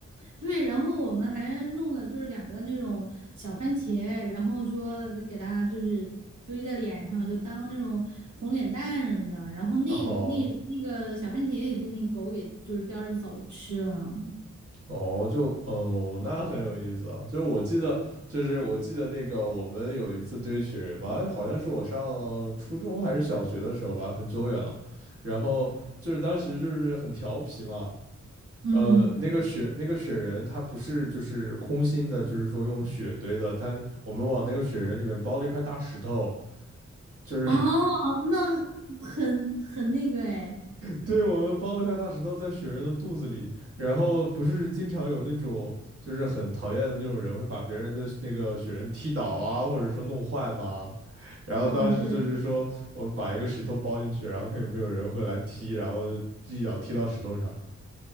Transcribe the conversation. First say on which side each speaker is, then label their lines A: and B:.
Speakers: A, on the right; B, on the right.
A: 对，然后我们还弄了就是两个那种小番茄，然后说得给它就是堆在脸上，就当那种红脸蛋什么的。然后那那那个小番茄也被那狗给就是叼着走吃了。
B: 哦哦，就哦，那很有意思啊。就是我记得，就是我记得那个我们有一次堆雪人嘛，好像是我上初中还是小学的时候吧，很久远了。然后就是当时就是很调皮嘛，
A: 嗯，
B: 呃，那个雪那个雪人，它不是就是空心的，就是说用雪堆的。它我们往那个雪人里面包了一块大石头，就是
A: 哦，
B: <laughs>
A: 那很很那个哎，
B: 对，我们包了一块大石头在雪人的肚子里。然后不是经常有那种就是很讨厌的那种人会把别人的那个雪人踢倒啊，或者说弄坏吗？然后当时就是说我们把一个石头包进去，
A: 嗯，对，
B: 然后看有没有人会来踢，然后就一脚踢到石头上，